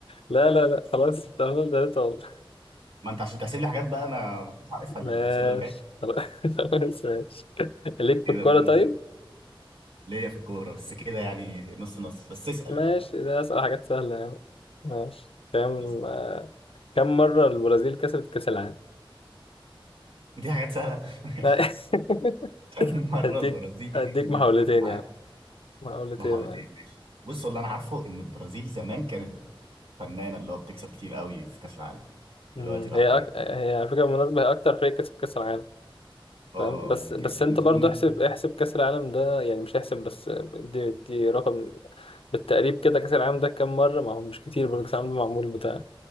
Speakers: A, on the left; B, on the right.
A: لا لا لا خلاص انت قلنا تلاتة والله
B: ما أنت عشان تحسب لي حاجات بقى أنا ما كنتش عارفها
A: ماشي
B: الأسئلة اللي جاية
A: خلاص <laughs> خلاص، ماشي ليك
B: كده
A: في الكورة
B: 2
A: طيب؟
B: 0 ليا في الكورة بس كده يعني نص نص بس اسأل
A: ماشي
B: يعني
A: ده أسأل حاجات سهلة يعني ماشي كام
B: بس
A: آه، كم مرة البرازيل كسبت كأس العالم؟
B: دي حاجات سهلة <laughs>
A: لا <laughs>
B: مرة
A: هديك
B: البرازيل
A: هديك
B: كسبت
A: محاولتين
B: كأس العالم
A: يعني محاولتين
B: بحوالتين
A: يعني
B: ماشي بص اللي أنا عارفه إن البرازيل زمان كانت فنانة اللي هو بتكسب كتير قوي في كأس العالم دلوقتي
A: مم.
B: راحت
A: هي
B: عليها
A: أك... هي على فكرة بالمناسبة هي أكتر فريق كسب كأس العالم
B: اه
A: فاهم بس
B: ممكن
A: بس أنت
B: ممكن تكون
A: برضو احسب احسب كأس العالم ده يعني مش احسب بس دي دي رقم بالتقريب كده كأس العالم ده كام مرة ما هو مش كتير برضو كأس العالم ده معمول بتاع